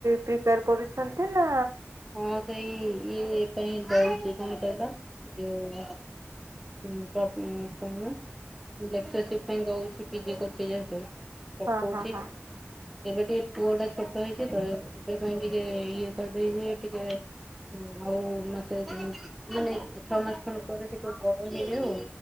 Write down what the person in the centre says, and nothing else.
ହଁ ସେଇ ଇଏ ପାଇଁ ଦଉଛି, କଣ କହିଲ, ଯଉ <unintelligible> ଲେକ୍ଚରସିପ୍ ପାଇଁ ଦଉଛି, ପିଜି କରୁଛି ଯେହେତୁ। ପକଉଛି।
ଏବେ ଟିକେ ପୁଅ ଟା ଛୋଟ ହେଇଛି ତ, ଏବେ ପାଇଁ ଟିକେ ଇଏ କରିଦେଇ ଟିକେ? ହଁ ଆଉ ମାସେ ମାନେ ଛଅ ମାସ ଖଣ୍ଡ ପରେ ସେଠୁ ବଡ ହେଇଯାଉ ଆଉ?